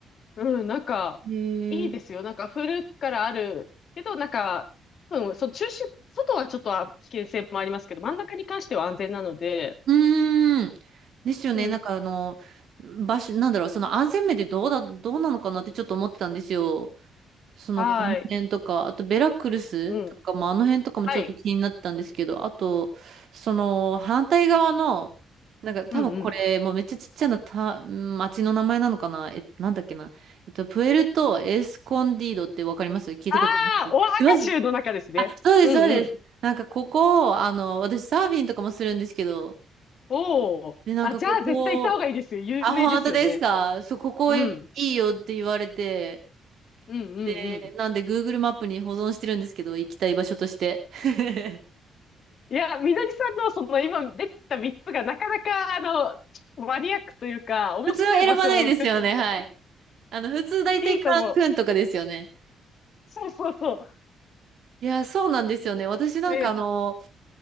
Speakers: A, on the left; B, on the right.
A: うん、なんか、
B: へ
A: いいですよ。
B: え。
A: なんか古くからあるけど、なんか、うん、その中心、外はちょっと危険性もありますけど、真ん中に関しては安全なので、
B: うーん。ですよね。
A: うん、
B: なんかあの、場所、なんだろう、その安全面でどうだ、どうなのかなってちょっと思ってたんですよ。その、
A: はい、
B: この辺とか、あとベラクルスとかも、
A: うん、
B: あの辺とかもちょっと気になってたんですけど、
A: はい、
B: あと、その、反対側の、なんか多分これ、
A: うん、うん。
B: もうめっちゃちっちゃなた、町の名前なのかなえ、なんだっけな。えっと、プエルト・エスコンディードってわかります聞いたことありますいます
A: ああ、オアハカ州の中ですね。
B: あ、そうです、
A: うんうん。
B: そうです。なんかここ、あの、私サーフィンとかもするんですけど、
A: おお。
B: で、なんかここ、
A: あ、じゃあ絶対行った方がいいですよ。有名ですよね。
B: あ、本当ですかそう、ここいいよって言われて、
A: うん。うんうんうん。
B: で、なんで Google マップに保存してるんですけど、行きたい場所として。<laughs>
A: いや、みのりさんのその今出てきた3つがなかなかあの、マニアックというか、面白い場所をせ、
B: 普通は選ばないですよね、
A: <laughs>
B: はい。あの、普通大体カンクンとかですよね。
A: いいと思う。そうそうそ
B: いや、そうなんですよね。私なんかあの、
A: う。ね。